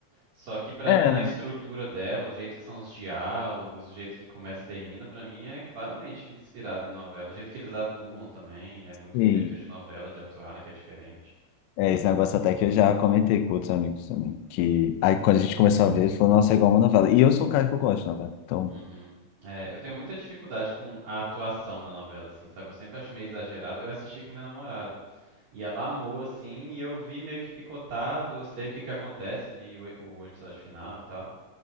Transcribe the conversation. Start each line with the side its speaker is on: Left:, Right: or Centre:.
Right: Só que pra
Left: É,
Right: mim na estrutura dela, o jeito que são os diálogos, o jeito que começa e termina, pra mim é claramente inspirado em novela. O jeito que eles atuam também é muito
Left: sim.
Right: um jeito de novela de atuar, né, que é diferente.
Left: É, esse negócio até que eu já comentei com outros amigos também. Que aí quando a gente começou a ver, ele falou, nossa, é igual uma novela. E eu sou o cara que eu gosto de novela. Então,
Right: Uhum. É, eu tenho muita dificuldade com a atuação na novela, assim, sabe? Eu sempre acho meio exagerado. Eu assisti com minha namorada. E ela amou, assim, e eu vi meio que picotado, eu sei o que que acontece, vi o, o episódio final e tal.